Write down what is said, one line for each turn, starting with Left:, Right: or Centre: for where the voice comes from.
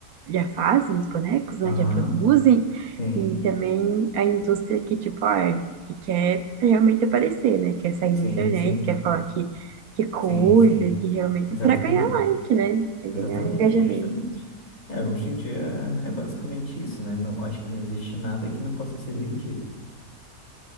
Right: já fazem os bonecos,
Left: Aham,
Right: né, já produzem,
Left: sim,
Right: e também a indústria que, tipo, ah, que quer realmente aparecer, né, quer sair
Left: sim,
Right: na internet,
Left: sim,
Right: quer falar que, que cuida,
Left: sim, sim,
Right: que realmente,
Left: exatamente.
Right: para ganhar like, né, pra ganhar
Left: Exatamente,
Right: engajamento.
Left: justamente. É, hoje em dia é basicamente isso, né? Não, acho que não existe nada que não possa ser vendido,